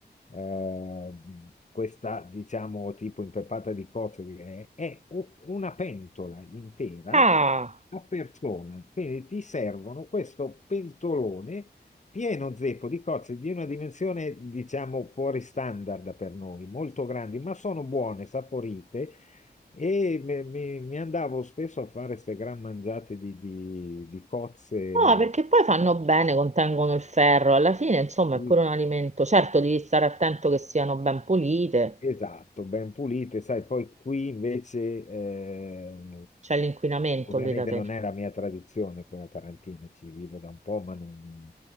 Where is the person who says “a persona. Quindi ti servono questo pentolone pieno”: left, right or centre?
Left